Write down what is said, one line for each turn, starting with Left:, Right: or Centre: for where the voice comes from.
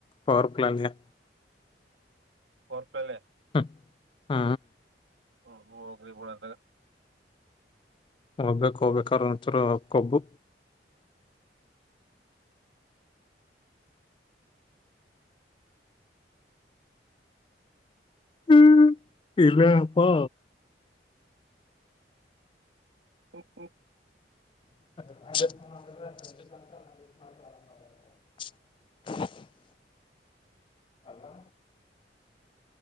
Left: ಪವರ್ಫುಲ್ ಅಲ್ಲಿಯ
Right: ಬರ್ಪಾಲ
Left: ಹ ಹಾ
Right: ಹ ಹೋಗ್ರಿ ಬಿಡಂತಾಗ
Left: ಒೋಗ್ಬಬೇಕು ಹೋಗ್ಬೇಕ್ರ ಒಂತರ ಕೊಬ್ಬು ಹ್ಮ್ ಇಲ್ಲ ಅಪ್ಪಾ
Right: ಹ್ಮ್ ಹ್ಮ್
Left: <inaudible> ಪ <inaudible> ಅಲ್ಲ